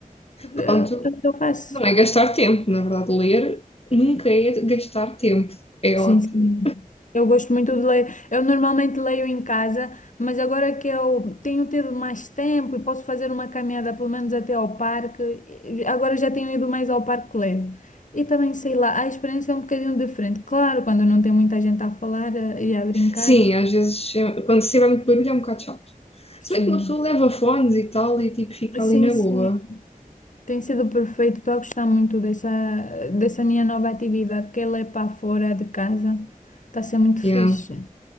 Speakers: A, on the left (about 60°); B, on the left (about 45°).
A: É
B: Pronto,
A: é o que eu faço.
B: não é gastar tempo, na verdade, ler nunca é gastar tempo. É
A: Sim,
B: ótimo.
A: sim. Eu gosto muito de ler. Eu normalmente leio em casa, mas agora que eu tenho tido mais tempo e posso fazer uma caminhada pelo menos até ao parque, e- agora já tenho ido mais ao parque ler. E também, sei lá, a experiência é um bocadinho diferente. Claro, quando não tem muita gente a falar eh, e a brincar,
B: Sim, às vezes, é- quando se tiver muito barulho é um bocado chato.
A: sim.
B: Se bem que uma pessoa leva fones e tal e tipo fica
A: Sim,
B: ali na
A: sim.
B: boa.
A: Tem sido perfeito. Estou a gostar muito dessa, dessa minha nova atividade, que é ler para fora de casa. Está a ser muito fixe.
B: Yeah.